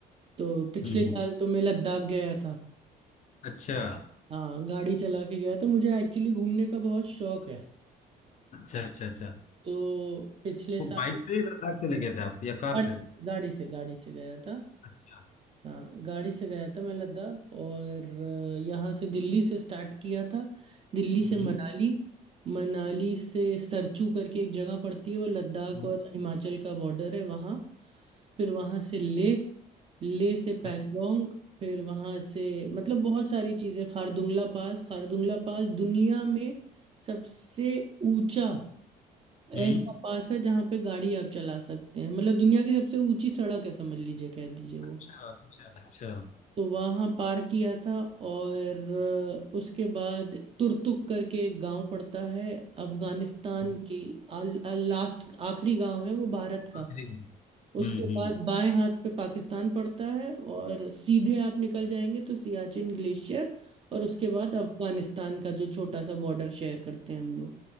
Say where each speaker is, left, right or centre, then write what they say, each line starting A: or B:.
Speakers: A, on the right; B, on the left.
A: तो पिछले
B: हम्म हम्म,
A: साल तो मैं लद्दाख गया था
B: अच्छा
A: हाँ गाड़ी चला के गया था मुझे एक्चुअली घूमने का बहुत शौक है
B: अच्छा अच्छा अच्छा
A: तो पिछले
B: वो
A: साल
B: बाइक से ही लद्दाख चले गए थे आप या कार
A: गाड़ी
B: से
A: गाड़ी से गाड़ी से गया था
B: अच्छा
A: हाँ गाड़ी से गया था मैं लद्दाख और अ, यहाँ से दिल्ली से स्टार्ट किया था दिल्ली से
B: हम्म
A: मनाली मनाली से सरचू करके एक जगह पड़ती है वो लद्दाख
B: हम्म,
A: और हिमाचल का बॉर्डर है वहाँ फिर वहाँ से ले ले से पैंगोंग
B: अच्छा
A: फिर वहाँ से मतलब बहुत सारी चीज़ें खारदुंगला पास खारदुंगला पास दुनिया में सबसे ऊंचा
B: हम्म
A: ऐसा पास है जहाँ पे गाड़ी आप चला सकते हैं मतलब दुनिया की सबसे ऊंची सड़क है समझ लीजिए कह दीजिए वो
B: अच्छा अच्छा अच्छा
A: तो वहाँ पार किया था और उसके बाद तुर्तुक करके एक गांव पड़ता है अफगानिस्तान
B: हम्म
A: की आल, आल, लास्ट आखिरी गांव है वो भारत का
B: आखिरी हम्म
A: उसके
B: हम्म
A: बाद बाएं हाथ पे पाकिस्तान पड़ता है और सीधे आप निकल जाएंगे तो सियाचिन ग्लेशियर और उसके बाद अफगानिस्तान का जो छोटा सा बॉर्डर शेयर करते हैं हम लोग